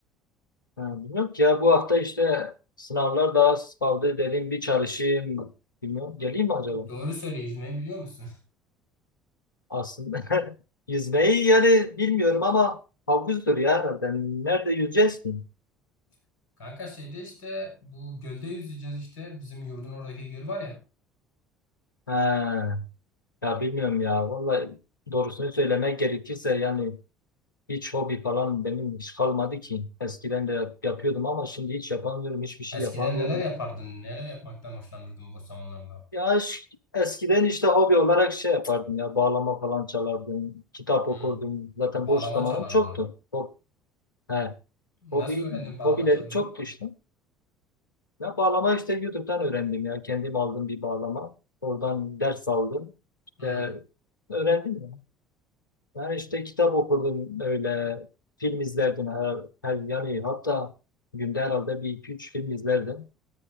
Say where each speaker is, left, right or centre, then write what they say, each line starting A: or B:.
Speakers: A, on the left (about 85°); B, on the left (about 65°).
A: ha, bilmiyorum ki ya bu hafta işte sınavlar daha az kaldı dedim bir çalışayım. Bilmiyorum. Geleyim mi acaba?
B: Doğru söyle yüzmeyi biliyor musun?
A: Aslında <laughs> yüzmeyi yani bilmiyorum ama havuzdur ya herhalde. Nerede yüzeceğiz ki?
B: <laughs> Kanka şeyde işte bu gölde yüzeceğiz işte. Bizim yurdun oradaki göl var ya.
A: Ha, ya bilmiyorum ya. Vallahi doğrusunu söylemek gerekirse yani hiç hobi falan benim hiç kalmadı ki. Eskiden de yap- yapıyordum ama şimdi hiç yapamıyorum. Hiçbir şey
B: Eskiden
A: yapamıyorum.
B: neler yapardın? Neler yapmaktan hoşlanırdın bu zamanlarda?
A: Ya ş- eskiden işte hobi olarak şey yapardım ya bağlama falan çalardım, kitap
B: Hmm.
A: okurdum. Zaten
B: Bağlama
A: boş zamanım
B: çalardın.
A: çoktu. Ho he,
B: Nasıl
A: hobi
B: öğrendin bağlama
A: hobilerim
B: çalmayı?
A: çoktu işte. Ya bağlama işte YouTube'dan öğrendim ya. Kendim aldım bir bağlama. Oradan ders aldım. İşte
B: Hmm.
A: öğrendim ya. Yani işte kitap okurdum öyle. Film izlerdim her, her yani hatta günde herhalde bir iki üç film izlerdim.